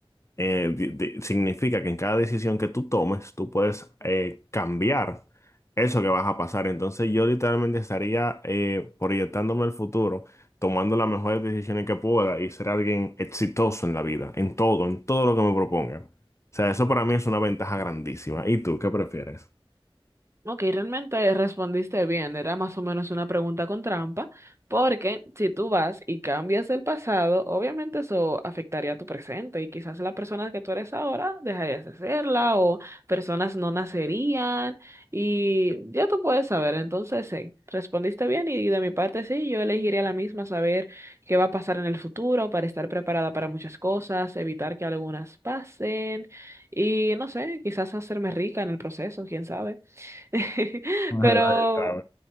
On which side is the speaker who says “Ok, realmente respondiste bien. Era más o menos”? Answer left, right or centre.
Right